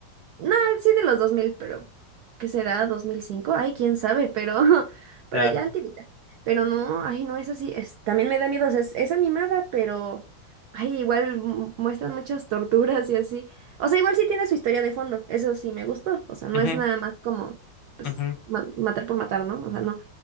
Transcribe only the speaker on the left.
Claro.
Ujú,
ujú,